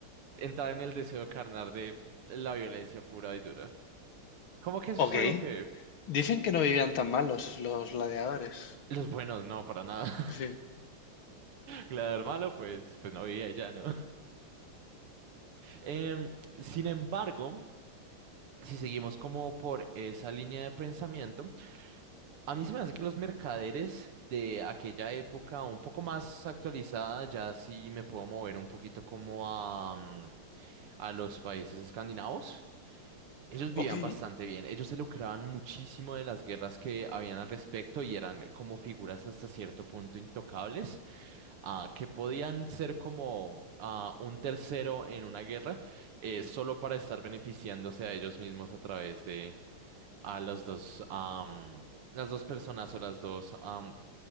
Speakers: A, on the right; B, on the left.
A: entrar en el deseo carnal de la violencia pura y dura. Como que eso es
B: Ok,
A: algo que
B: dicen que no vivían tan mal los, los gladiadores.
A: los buenos no, para nada. <laughs>
B: Sí.
A: Gladiador malo, pues, pues no vivía y ya, ¿no? Em, sin embargo, si seguimos como por esa línea de pensamiento, A mí se me hace que los mercaderes de aquella época, un poco más actualizada, ya sí me puedo mover un poquito como a, mm, a los países escandinavos. Ellos vivían
B: Ok,
A: bastante bien, ellos se lucraban muchísimo de las guerras que habían al respecto y eran como figuras hasta cierto punto intocables, ah, que podían ser como ah, un tercero en una guerra eh, solo para estar beneficiándose a ellos mismos a través de, a los dos, am, las dos personas o las dos am,